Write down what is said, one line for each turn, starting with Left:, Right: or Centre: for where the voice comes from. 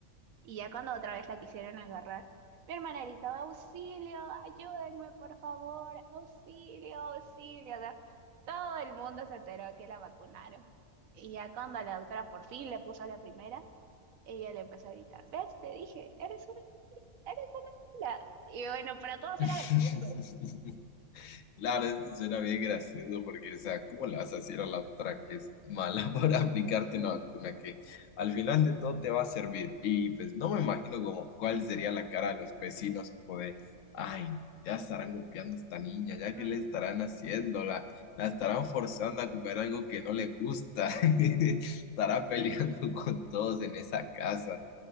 Right: Y ya cuando otra vez la quisieron agarrar, mi hermana gritaba, auxilio, ayúdenme, por favor, auxilio, auxilio. O sea, todo el mundo se enteró que la vacunaron. Y ya cuando la doctora por fin le puso la primera, ella le empezó a gritar, ¿ves? Te dije, eres una, eres una mala". Y bueno, para todos
Left: <laughs>
Right: era gracioso.
Left: Claro, es que suena bien gracioso porque, o sea, ¿cómo le vas a decir a la otra que es mala <laughs> para aplicarte
Right: <laughs>
Left: una vacuna que al final de todo te va a servir? Y pues no me imagino como cuál sería la cara de los vecinos, como de, ay, ya estarán golpeando a esta niña, ya
Right: Ujú.
Left: que le estarán haciendo, la, la estarán forzando a comer algo que no le gusta, <laughs> estará peleando con todos en esa casa.